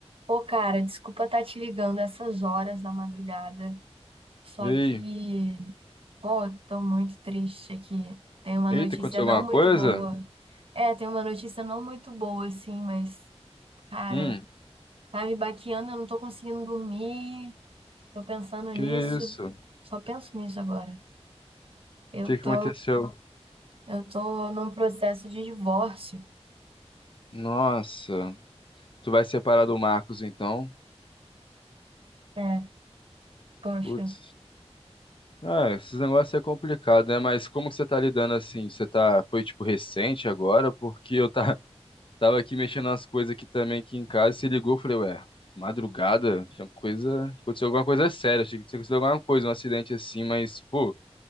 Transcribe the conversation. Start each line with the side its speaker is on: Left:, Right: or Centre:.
Right: Pô, cara, desculpa estar te ligando essas horas da madrugada, só
Left: E aí?
Right: que, pô, eu tô muito triste aqui. Tem uma
Left: Eita,
Right: notícia
Left: aconteceu
Right: não
Left: alguma
Right: muito
Left: coisa?
Right: boa. É, tem uma notícia não muito boa, assim, mas, cara,
Left: Hum,
Right: tá me baqueando, eu não tô conseguindo dormir, tô pensando nisso,
Left: que isso? O
Right: só penso nisso agora. Eu
Left: que
Right: tô,
Left: que aconteceu?
Right: eu tô num processo de divórcio.
Left: Nossa, tu vai separar do Marcos então?
Right: É, poxa.
Left: Putz. Ah, esses negócios é complicado, né? Mas como que você tá lidando assim? Você tá, foi tipo recente agora? Porque eu tá, <laughs> tava aqui mexendo nas coisas aqui também aqui em casa e se ligou, eu falei, ué, de madrugada? Tinha coisa, aconteceu alguma coisa séria, achei que tinha acontecido alguma coisa, um acidente assim, mas, pô,